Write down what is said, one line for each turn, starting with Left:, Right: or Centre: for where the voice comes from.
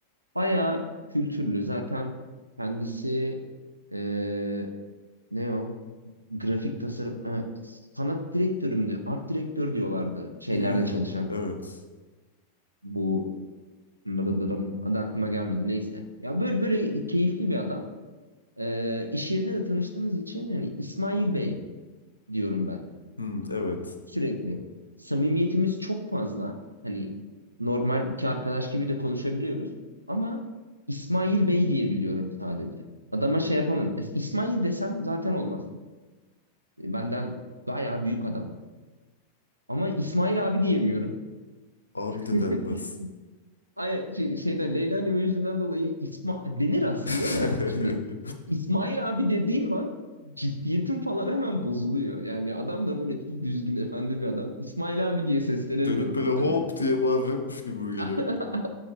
Right: bayağı kültürlü. Zaten kendisi ee, ne o? Grafik tasarım, ha, sanat direktörü müydü? Art direktör diyorlardı şeylerde
Left: Hmm,
Right: çalışan
Left: evet.
Right: bu Blablablam. Adı aklıma gelmedi. Neyse. Ya böyle böyle keyifli bir adam. Ee, iş yerinde de tanıştığımız için hani İsmail Bey diyorum ben.
Left: Hmm, evet.
Right: sürekli. Samimiyetimiz çok fazla. Hani normal iki arkadaş gibi de konuşabiliyoruz. Ama İsmail Bey diyebiliyorum sadece. Adama şey yapamadım. Es- İsmail desem zaten olmaz. E, Benden bayağı büyük adam. Ama İsmail abi diyemiyorum.
Left: Abi
Right: <laughs>
Left: de denmez.
Right: Ay, şey- şeyden Leyla ile Mecnun'dan dolayı İsma denir aslında
Left: <laughs>
Right: da şimdi İsmail abi dediğim an ciddiyetim falan hemen bozuluyor. Yani adam da böyle çok düzgün efendi bir adam. İsmail abi diye seslenemiyorum.
Left: Dönüp böyle hop
Right: Yani
Left: diye bağıracakmış gibi mi geliyor.
Right: <laughs>